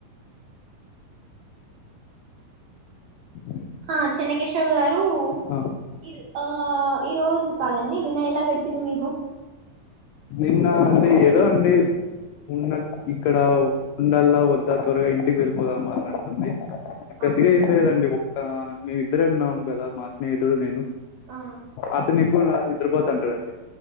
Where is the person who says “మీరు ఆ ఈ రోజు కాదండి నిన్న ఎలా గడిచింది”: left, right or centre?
Right